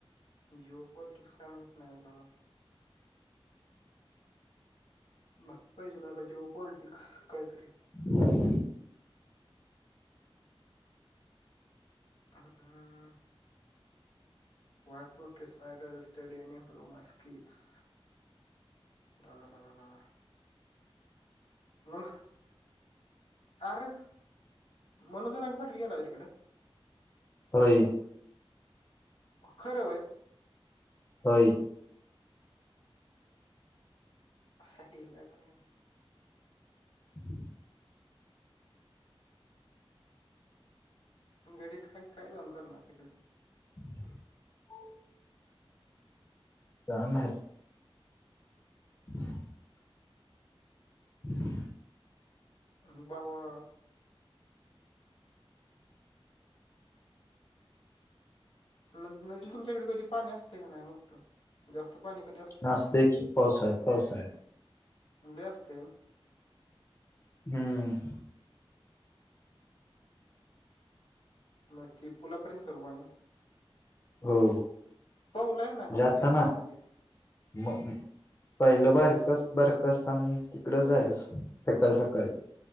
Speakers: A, on the left; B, on the left.
A: जिओ पॉलिटिक्स काय माहीती नाही आपल्याला. माहित पाहिजेला बग जिओ पॉलिटिक्स कायतरी.
B: <inaudible>
A: हा. वय प्रूटस study uh improve my skills. लगा लगा लगा. मग, आर. मनोज जरंगे पाटील गेलाय तिकडे.
B: होय.
A: खरं होय.
B: होय.
A: आयला बघा.
B: <inaudible>
A: गडी एक हाय काय जाऊन करणार तिकड?
B: <unintelligible> <inaudible> काम आहे. <unintelligible> <inaudible>
A: आणि भावा. नदी तुमच्याकडे कधी पाणी असते का नाही मोठं, जास्त पाणी कधी असत?
B: असतय की पावसाळ्यात, पावसाळ्यात.
A: लय असतय ना.
B: हम्म.
A: मग ती पुलापर्यंत येत का पाणी?
B: हो
A: पोहायला की नाही कधी
B: जाताना
A: नदीत?
B: म <inaudible> पहिलं बारीक, बारकं असतानाच तिकडे जायच सकाळी, सकाळी.